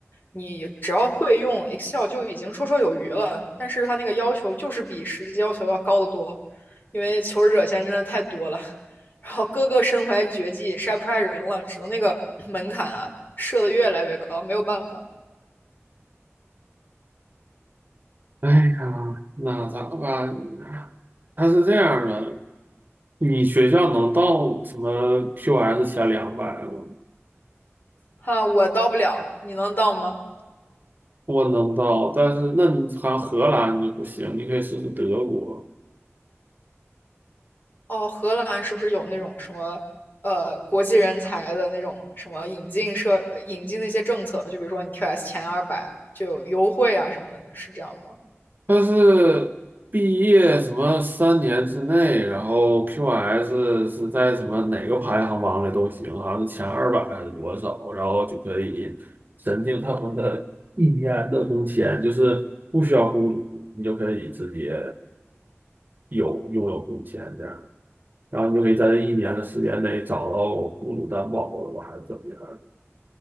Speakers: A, on the left; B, on the right.
A: 你只要会用 Excel 就已经绰绰有余了，但是他那个要求就是比实际要求要高得多，因为求职者现在真的太多了，然后个个身怀绝技，筛不出来人了，只能那个门槛啊设的越来越高，没有办法
B: 哎呀，那咋办？它是这样的，你学校能到什么 QS 前两百吗？
A: 哈，我到不了，你能到吗？
B: 我能到，但是那你好像荷兰就不行，你可以试试德国。
A: 哦，荷兰是不是有那种什么呃国际人才的那种什么引进社呃引进那些政策？就比如说你 QS 前二百就有优惠啊什么的呢？是这样吗？
B: 它是毕业什么三年之内，然后 QS 是在什么哪个排行榜里都行，好像是前二百还是多少，然后就可以申请他们的 <laughs> 一年的工签，就是不需要雇主，你就可以直接有拥有工签这样，然后你就可以在这一年的时间内找到雇主担保了吧，还是怎么样？